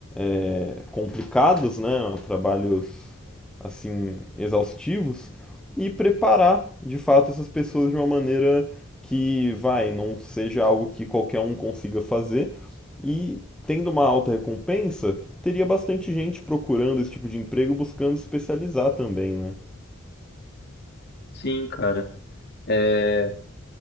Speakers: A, in the centre; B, on the left.
A: é, complicados, né, trabalhos assim exaustivos e preparar de fato essas pessoas de uma maneira que vai não seja algo que qualquer um consiga fazer e tendo uma alta recompensa teria bastante gente procurando esse tipo de emprego buscando se especializar também, né?
B: sim, cara. É,